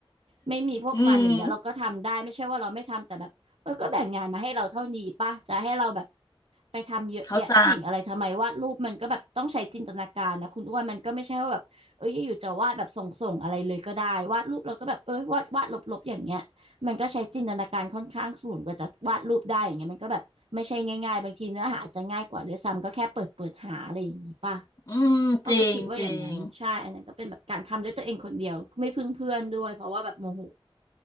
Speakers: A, on the right; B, on the left.
A: ไม่มีพวกมันอย่างเงี้ยเราก็ทำได้ไม่ใช่ว่าเราไม่ทำแต่แบบเออก็แบ่งงานมาให้เราเท่านี้ป่ะจะให้เราแบบ
B: อืม
A: ไปทำเยอะแยะสิ่งอะไรทำไมวาดรูปมันก็แบบต้องใช้จินตนาการนะคุณอ้วนมันก็ไม่ใช่ว่าแบบเอออยู่ๆจะวาดแบบส่งส่งอะไรเลยก็ได้วาดรูปเราก็แบบเออวาดวาดลบๆอย่างเงี้ยมันก็ใช้จินตนาการค่อนข้างสูงกว่าจะวาดรูปได้อย่างเงี้ยมันก็แบบไม่ใช่ง่ายๆบางทีเนื้อหาอาจจะง่ายกว่าด้วยซ้ำก็แค่เปิดเปิดหาอะไรอย่างงี้ป่ะ
B: เข้าใจ อืมจริงจริง
A: อ้อก็คิดว่าอย่างนั้นใช่อันนั้นก็เป็นแบบการทำด้วยตัวเองคนเดียวไม่พึ่งเพื่อนด้วยเพราะว่าแบบโมโห